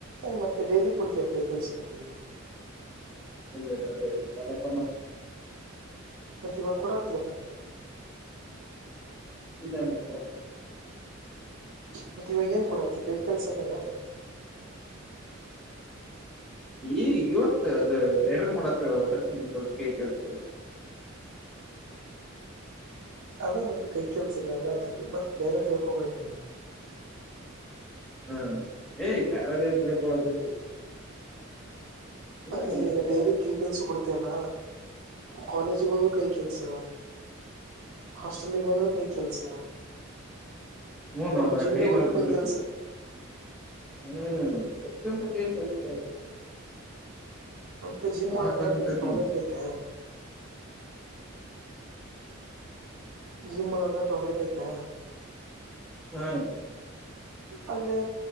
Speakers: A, on the right; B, in the centre.
A: ಮತ್ತೆ ಡೈಲಿ ಕೊಡ್ತೀವವೆ ಕೈ ಕೆಲ್ಸ ಬತ ನಿವು
B: ಇಲ್ಲಡೈ ಇ ಅಲ್ಲ
A: ಮತ್ತೆ ಇವಾಗ ಕೊಡತಿ ಎಲ್ಲ
B: ಇಲ್ಲಲ್ಲ ಕೊರ
A: ಮತ್ತೆ ಇವಾಗ ಏನ್ ಕೊಡತಿ ಕೈ ಕೆಲ್ಸಲ್ಲ ನ
B: ಈ ಇವತ್ತು ಅದು ಬೇರನ್ ಮಾಡತ್ತವ ಒಂದು ಸ್ವಲ್ಪ ಕೆಲ್ಸ
A: ಅದೇ ಮತ್ತೆ ಕೈ ಕೆಲ್ಸನ ಮತಿದ್ದು ಮತ್ತೆ ಬೇರೆ ತಿಳ್ಕೊಬೇ ನೀನು
B: ಹಾ ಏಯ್ ಖಾರದಂಕಳ <unintelligible> ಇದ್ರಾಗೇನೈತ
A: ಅ ನೀ ಈಗ ಡೈಲಿ
B: ಮಾರಾಯ
A: ಕೈ ಕೆಲ್ಸ ಕೊಡ್ತಯಲ್ಲ ಕಾಲೇಜಿಗೆ ಹೋದರು ಕೈ ಕೆಲ್ಸ ಹಾಸ್ಟೆಲ್ಗೆ ಬೋಂದ್ರು ಕೈ ಕೆಲ್ಸ
B: ಹ್ಞೂ ನೋ
A: ಒಟ್ಟ
B: ಮಾರಾಯ
A: ಜಿಮ್ಮಿಗೆ ಹೋದರು
B: ನೋಯ್ ಬಿಡ್ತೈತಿ
A: ಕೈ ಕೆಲ್ಸ
B: ಹ್ಮ್ ಎಷ್ಟೊಂದುಸತಿ ಕಲ್ಸ್ತ
A: ಅದ್ಕ ಜಿಮ್
B: ಸಾಕಾಗ್ಬಿಟ್ಟೈತಿ
A: ಒಳಗ ಟಾಯ್ಲೆಟ್
B: ನನ್ಗೆ
A: ಐತೆ ಜಿಮ್ ಮಾಡೊದು ಟಾಯ್ಲೆಟ್ ಐತಾ
B: ಹ್ಮ್
A: ಅಲ್ಲೇ